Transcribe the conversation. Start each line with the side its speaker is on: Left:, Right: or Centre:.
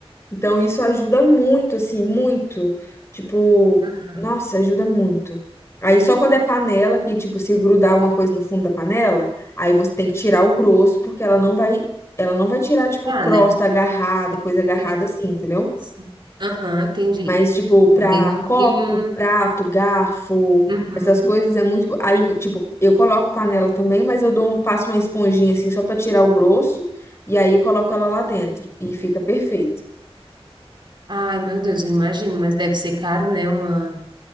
Left: Então, isso ajuda muito, assim, muito. Tipo,
Right: Aham.
Left: nossa, ajuda muito. Aí, só quando é panela, que, tipo, se grudar alguma coisa no fundo da panela, aí você tem que tirar o grosso, porque ela não vai, ela não vai tirar, tipo,
Right: Tá,
Left: crosta
Right: né?
Left: agarrada, coisa agarrada
Right: É.
Left: assim, entendeu?
Right: Sim. Aham, entendi.
Left: Mas, tipo, pra
Right: Aí não
Left: copo,
Right: tem um.
Left: prato, garfo,
Right: Uhum.
Left: essas coisas é muito. Aí, tipo, eu coloco panela também, mas eu dou um, passo uma esponjinha, assim, só pra tirar o grosso, e aí eu coloco ela lá dentro, e fica perfeito.
Right: Ai, meu Deus, eu imagino, mas deve ser caro, né? Uma,